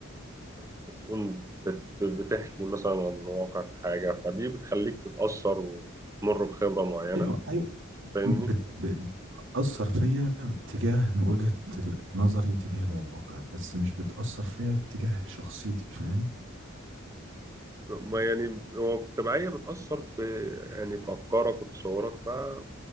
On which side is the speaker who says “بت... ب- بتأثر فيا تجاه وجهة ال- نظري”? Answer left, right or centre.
Right